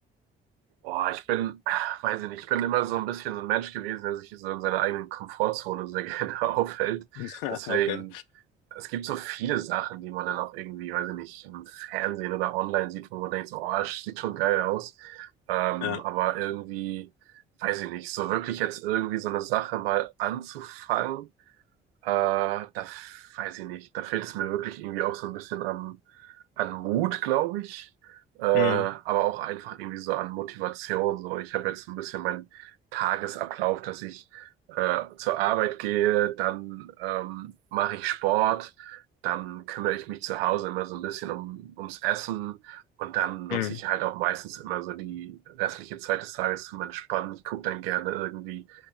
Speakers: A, on the right; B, on the left.
A: boah, ich bin, weiß ich nicht, ich bin immer so ein bisschen so ein Mensch gewesen, der sich so in seiner eigenen Komfortzone sehr <laughs> gerne aufhält.
B: <laughs>
A: Deswegen,
B: Okay.
A: es gibt so viele Sachen, die man dann auch irgendwie, weiß ich nicht, im Fernsehen oder online sieht, wo man denkt, so, oh, das sieht schon geil aus. Ähm,
B: Ja.
A: aber irgendwie, weiß ich nicht, so wirklich jetzt irgendwie so eine Sache mal anzufangen Äh, da f- weiß ich nicht. Da fehlt es mir wirklich irgendwie auch so ein bisschen an, an Mut, glaube ich. Äh, aber
B: Mhm.
A: auch einfach irgendwie so an Motivation. So, ich habe jetzt so ein bisschen meinen Tagesablauf, dass ich äh, zur Arbeit gehe, dann ähm, mache ich Sport, dann kümmere ich mich zu Hause immer so ein bisschen um, ums Essen und dann nutze
B: Mhm.
A: ich halt auch meistens immer so die restliche Zeit des Tages zum Entspannen. Ich gucke dann gerne irgendwie